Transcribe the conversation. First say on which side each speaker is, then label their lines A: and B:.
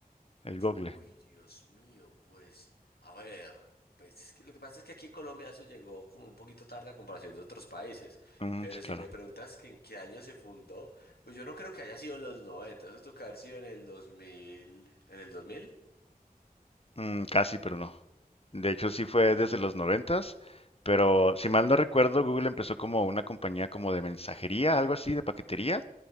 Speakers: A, on the left (about 40°); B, on the left (about 85°).
A: el Google.
B: Uy, Dios mío, pues, a ver, pues es que lo que pasa es que aquí en Colombia eso llegó como un poquito tarde a comparación de otros países,
A: Mm,
B: pero
A: sí,
B: si
A: claro.
B: me preguntas que en qué año se fundó, pues yo no creo que haya sido en los 90, eso tuvo que haber sido en el dos mil, ¿en el 2000?
A: Mm, casi, pero no. De hecho, sí fue desde los noventas, pero si mal no recuerdo, Google empezó como una compañía como de mensajería, algo así, de paquetería.